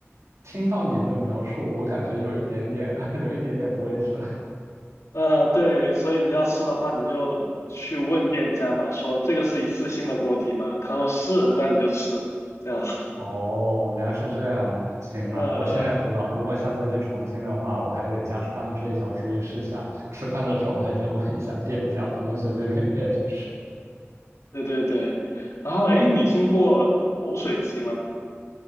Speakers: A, on the right (about 80°); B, on the left (about 80°).
A: 听到你的描述，我感觉有一点点，<laughs> 有一点点不卫生。
B: 呃，对，所以你要吃的话，你就去问店家嘛，说这个是一次性的锅底吗？他说是，那你就吃，这样。<laughs>
A: 哦，原来是这样的。行了，
B: 呃呃，
A: 我现在知道，如果下次去重庆的话，我还得加上这一条注意事项。吃饭的时候，我还得问一下店家，不能随随便便去吃。
B: 对对对。然后，哎，你听过口水鸡吗？